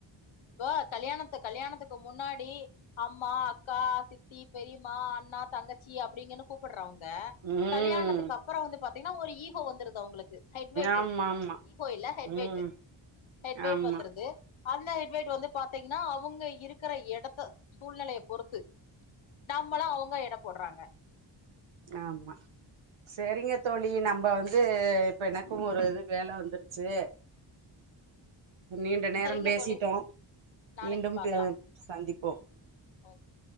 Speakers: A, on the left; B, on the right.
A: இப்ப கல்யாணத்து கல்யாணத்துக்கு முன்னாடி அம்மா அக்கா சித்தி பெரியம்மா அண்ணா தங்கச்சி அப்டின்னு தான கூப்பட்றா ங்க
B: ம்
A: கல்யாணத்துக் கப்றோ வந்து பாத்தீங்னா ஒரு ஈகோ வந்துருது அவுங்களுக் கு ஹெட் வெயிட்டு
B: ஆமா ஆமா
A: ஈகோ இல்ல ஹெட்
B: ம்
A: வெயிட்டு ஹெட் வெயிட்
B: ஆமா
A: வந்துருது அந்த ஹெட் வெய்ட் வந்து பாத்தீங்னா அவங்க இருக்கற எடத்த சூழ்நிலைய பொறுத்து நம்மல அவங்க எட போட்றாங்க.
B: ஆமா செரிங்க தோழி நம்ம வந்து இப்ப எனக்கு ஒரு இது வேல வந்துருச்சு. நீண்ட நேரம்
A: சரிங்க
B: பேசிட்டோ
A: தோழி நாளைக்கு
B: மீண்டும்
A: பாக்கலாம்
B: ப சந்திப்
A: ஓகே